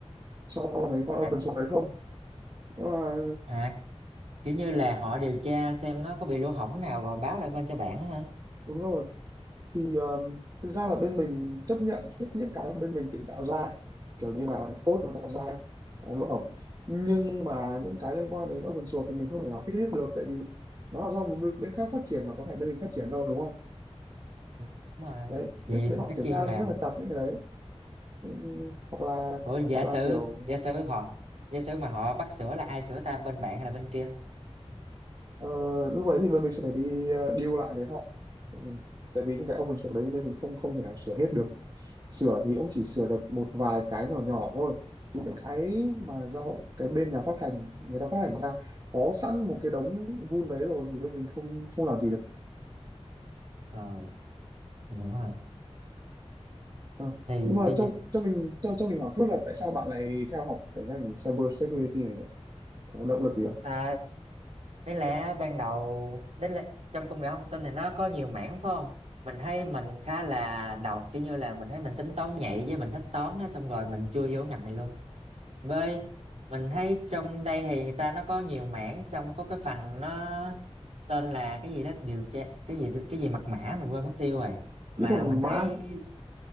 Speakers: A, on the right; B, on the right.
A: cho mấy con
B: à,
A: open source đấy không nhưng mà
B: à, kiểu như là họ điều tra xem nó có bị lỗ hổng nào rồi báo lại bên cho bạn á ha
A: đúng rồi thì um, thực ra là bên mình chấp nhận fix những cái mà bên mình tự tạo ra kiểu như là code nó tạo ra ờ, lỗ hổng nhưng mà những cái liên quan đến open source thì mình không thể nào fix hết được tại vì nó là do một bên bên khác phát triển mà có phải bên mình phát triển đâu đúng không
B: Ừ, đúng rồi
A: đấy
B: thì
A: bên, bên họ
B: tất
A: kiểm
B: nhiên
A: tra
B: là
A: rất là chặt những cái đấy Ừ, hoặc là
B: ủa giả
A: hoặc là
B: sử
A: kiểu
B: giả sử họ giả sử mà họ bắt sửa là ai sửa ta bên bạn hay là bên kia
A: Ờ, lúc đấy thì bên mình sẽ phải đi ờ, deal lại với họ Ừ, tại vì những cái open source đấy nên mình không không thể nào sửa hết được sửa thì cũng chỉ sửa được một vài cái nhỏ nhỏ thôi chứ những cái mà do cái bên nhà phát hành người ta phát hành ra có sẵn một cái đống vun đấy rồi thì bên mình không không làm gì được
B: rồi mình hiểu rồi
A: Ờ,
B: thì
A: nhưng mà
B: cái
A: cho
B: dạ-
A: cho mình cho cho mình hỏi chút là tại sao bạn lại theo học cái ngành cyber security này nhỉ có động lực gì không
B: À, đáng lẽ ban đầu đến lẽ, trong công nghệ thông tin thì nó có nhiều mảng phải không? Mình thấy mình khá là đầu kiểu như là mình thấy mình tính toán nhạy với mình thích toán á, xong rồi mình chui vô ngành này luôn. Với mình thấy trong đây thì người ta nó có nhiều mảng trong có cái phần nó tên là cái gì đó điều tra cái gì cái gì mật mã mình quên mất tiêu rồi mà
A: kỹ thuật mật
B: mình thấy
A: mã